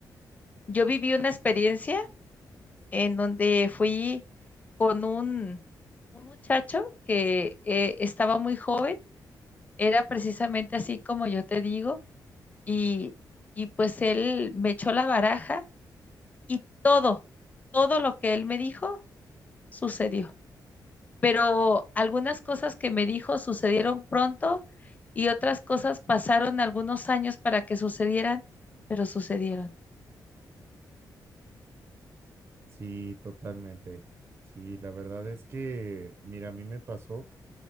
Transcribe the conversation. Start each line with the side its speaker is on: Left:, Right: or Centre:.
Left: yo viví una experiencia en donde fui con un, un muchacho que eh, estaba muy joven, era precisamente así como yo te digo, y, y pues él me echó la baraja y todo, todo lo que él me dijo sucedió. Pero algunas cosas que me dijo sucedieron pronto y otras cosas pasaron algunos años para que sucedieran, pero sucedieron.
Right: sí, totalmente. Sí, la verdad es que, mira, a mí me pasó